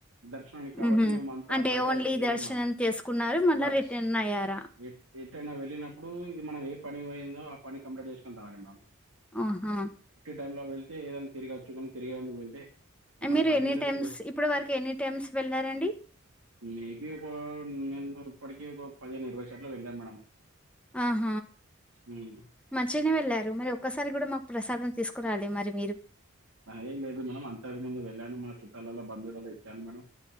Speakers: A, on the right; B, in the centre.
A: దర్శనానికి కాబట్టి
B: హుహు.
A: మేము అంతా
B: అంటే
A: బయట
B: ఓన్లీ
A: ఎక్కువ తిరిగాము
B: దర్శనం చేసుకున్నారు. మళ్ళా
A: బస్
B: రిటర్న్ అయ్యారా?
A: ఎట్ ఎటైనా వెళ్ళినప్పుడు మనం ఏ పని పోయిందో ఆ పని కంప్లీట్ చేసుకుొని రావాలి మేడం
B: ఆహా
A: టైం లో వెళ్తే ఏదైన తిరగచ్చు గని తిరిగేందుకు వెళ్తే ఇక మనం
B: మీరు
A: పర్టికులర్లీ
B: ఎన్నీ టైమ్స్ ఇప్పుడు వరకు ఎన్నీ టైమ్స్ వెళ్ళారండి
A: మేబీ ఒక నేను ఇప్పడికి ఒక పదిహేను ఇరవై సార్లు వెళ్ళాను మేడం
B: ఆహ
A: ఉమ్.
B: మంచిగానే వెళ్ళారు మరి ఒక్కసారి కూడా మాకు ప్రసాదం తీసుకురాలె మరి మీరు
A: అయేం లేదు మేడం అంతకు ముందు వెళ్ళాను మన చుట్టాలలో బంధువులలో ఇచ్చాను మేడం